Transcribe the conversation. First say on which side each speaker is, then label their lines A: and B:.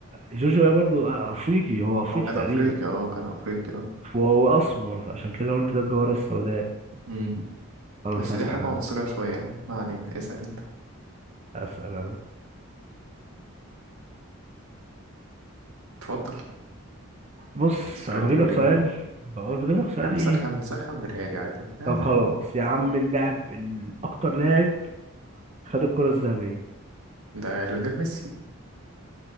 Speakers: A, on the right; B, on the right.
A: جورج ويا برضو أفريقي هو أفريقي
B: هو كان
A: تقريبا
B: افريقي اه كان افريقي اه
A: وهو أسمر عشان كده قلت ده الجوهرة السوداء
B: امم
A: خلاص
B: بس
A: هسأل
B: دي حاجه
A: أنا
B: عنصريه شويه يعني ما علينا اسال انت
A: هسأل أنا
B: اتفضل
A: بص
B: السؤال
A: أنا بجيب
B: بيقول
A: لك سؤال
B: ايه
A: بجيب لك سؤال
B: يا عم
A: إيه
B: سخن سخن بالهادي عادي آه،
A: طب خلاص يا عم اللاعب ال- اكتر لاعب خد الكرة الذهبية
B: ده ليونيل ميسي